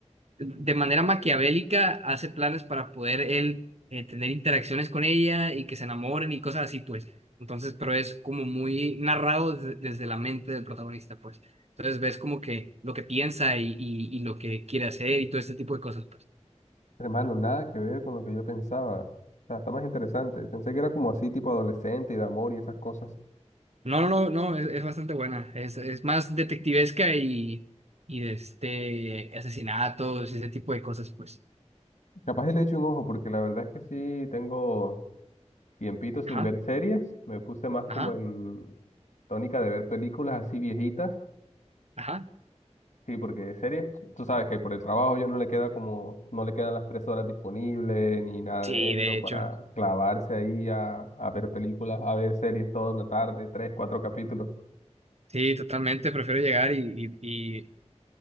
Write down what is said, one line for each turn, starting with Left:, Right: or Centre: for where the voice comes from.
Right: de manera maquiavélica hace planes para poder él eh, tener interacciones con ella y que se enamoren y cosas así, pues. Entonces, pero es como muy narrado desde, desde la mente del protagonista, pues. Entonces ves como que lo que piensa y, y, y lo que quiere hacer y todo este tipo de cosas, pues.
Left: Hermano, nada que ver con lo que yo pensaba. O sea, está más interesante. Pensé que era como así tipo adolescente y de amor y esas cosas.
Right: No, no, no, es, es bastante buena. Es, es más detectivesca y, y de este asesinatos y ese tipo de cosas, pues.
Left: Capaz y le echo un ojo, porque la verdad es que sí tengo tiempito sin
Right: Ajá,
Left: ver series. Me puse más
Right: ajá,
Left: como en tónica de ver películas así viejitas.
Right: ajá.
Left: Sí, porque series, tú sabes que por el trabajo ya no le queda como, no le quedan las tres horas disponibles ni nada
Right: Sí,
Left: de eso
Right: de
Left: para
Right: hecho.
Left: clavarse ahí a, a ver películas, a ver series toda una tarde, tres, cuatro capítulos.
Right: Sí, totalmente. Prefiero llegar y, y,